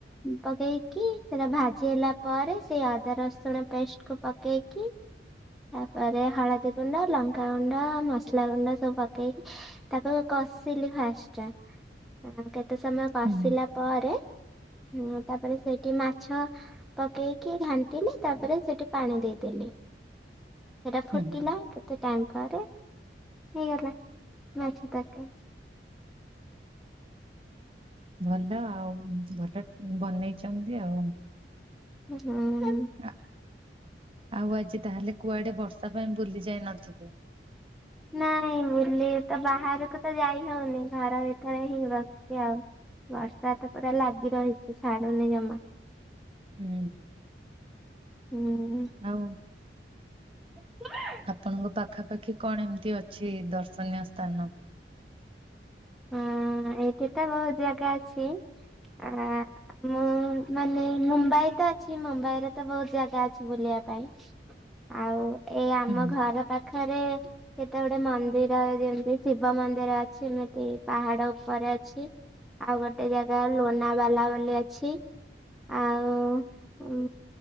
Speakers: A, in the centre; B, on the right.
A: ପକେଇକି ସେଟା ଭାଜି ହେଲା ପରେ ସେଇ ଅଦା ରସୁଣ ପେଷ୍ଟ କୁ ପକେଇକି ତାପରେ ହଳଦୀ ଗୁଣ୍ଡ ଲଙ୍କାଗୁଣ୍ଡ ମସଲା ଗୁଣ୍ଡ ସବୁ ପକେଇକି ତାକୁ କସିଲି ଫାଷ୍ଟ କେତେ ସମୟ କସିଲା
B: ହୁଁ
A: ପରେ ହୁଁ ତାପରେ ସେଇଠି ମାଛ ପକେଇକି ଘାଣ୍ଟିଲି ତାପରେ ସେଠି ପାଣି ଦେଇଦେଲି। ସେଇଟା ଫୁଟିଲା
B: ହୁଁ
A: କେତେ ଟାଇମ୍ ପରେ ହେଇଗଲା ମାଛ ତରକାରୀ।
B: ଭଲ ଆଉ ଭଟ ଟ୍ ବନେଇଛନ୍ତି ଆଉ
A: ହୁଁ।
B: ଆ ଆଉ ଆଜି ତାହେଲେ କୁଆଡେ ବର୍ଷା ପାଇଁ ବୁଲି ଯାଇ ନଥିବେ?
A: ନାଇଁ ବୁଲି ତ ବାହାରକୁ ତ ଯାଇ ହଉନି ଘର ଭିତରେ ହିଁ ବ ଆଉ ବର୍ଷା ତ ପୁରା ଲାଗି ରହିଛି ଛାଡୁନି ଜମା
B: ହୁଁ।
A: ହୁଁ।
B: ଆଉ
A: <inaudible>
B: ଆପଣଙ୍କ ପାଖାପାଖି କଣ ଏମିତି ଅଛି ଦର୍ଶନୀୟ ସ୍ଥାନ?
A: ଆଁ ଏମିତି ତ ବହୁତ ଜାଗା ଅଛି ଆ ମୁଁ ମାନେ ମୁମ୍ବାଇ ତ ଅଛି ମୁମ୍ବାଇରେ ତ ବହୁତ ଜାଗା ଅଛି ବୁଲିବା ପାଇଁ ଆଉ ଏଇ ଆମ
B: ହୁଁ
A: ଘର ପା ପାଖରେ କେତେ ଗୁଡେ ମନ୍ଦିର ଯେମିତି ଶିବ ମନ୍ଦିର ଅଛି ଏମି ତି ପାହାଡ ଉପରେ ଅଛି ଆଉ ଗୋଟେ ଜାଗା ଲୋନାବାଲା ବୋଲି ଅଛି। ଆଉ ଉଁ